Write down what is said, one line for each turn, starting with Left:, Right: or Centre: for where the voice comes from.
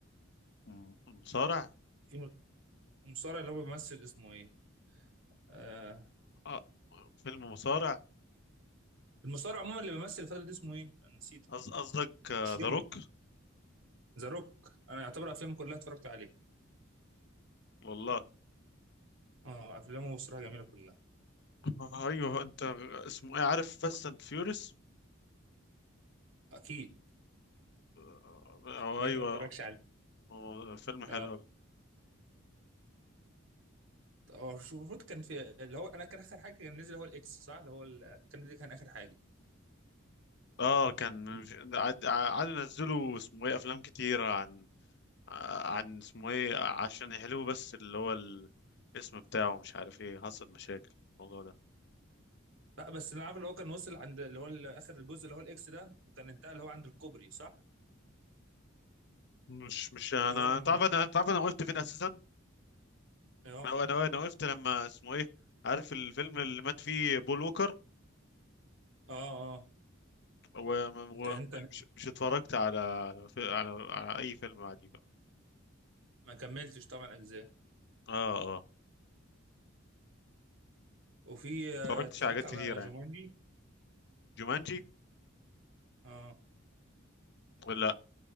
Left: م- مصارع
Right: في م- المصارع اللي هو بيمثل اسمه ايه؟ آه
Left: آه فيلم مصارع
Right: المصارع عموما اللي بيمثل الفترة دي اسمه ايه؟ انا نسيت
Left: قص- قصدك ذا
Right: مش فيلم
Left: روك
Right: ذا روك انا اعتبر افلامه كلها اتفرجت عليها
Left: والله
Right: اه افلامه بصراحة جميلة كلها
Left: آه، ايوه انت اسمه ايه عارف فاست اند فيوريس
Right: اكيد
Left: اه آه،
Right: مين
Left: ايوه
Right: ما اتفرجش عليه
Left: آه، فيلم حلو
Right: اه
Left: أوي.
Right: هو شو- المفروض كان في اللي هو انا كان اخر حاجة كان نزل هو الاكس صح اللي هو ال... كان دي كان اخر حاجة
Left: اه كان عاد عاد نزلوا اسمه ايه افلام كتيره عن ع- عن اسمه ايه عشان يحلوه بس اللي هو ال- الاسم بتاعه مش عارف ايه حصل مشاكل الموضوع ده
Right: لا بس انا عارف اللي هو كان وصل عند اللي هو ال- اخر الجزء اللي هو الاكس ده وكان انتهى اللي هو عند الكوبري صح؟
Left: مش مش انا
Right: اللي هو لما
Left: انت عارف انا انت عارف انا وقفت فين اساسا
Right: اه
Left: انا انا انا وقفت لما اسمه ايه عارف الفيلم اللي مات فيه بول ووكر
Right: اه اه
Left: ومش
Right: انت انت
Left: مش اتفرجت على على, على على اي فيلم عادي بقى
Right: ما كملتش طبعا اجزاء
Left: اه اه
Right: وفي آه،
Left: اتفرجتش
Right: اتفرجت
Left: على حاجات كتيرة
Right: على جومانجي
Left: يعني جومانجي
Right: اه
Left: ولا لا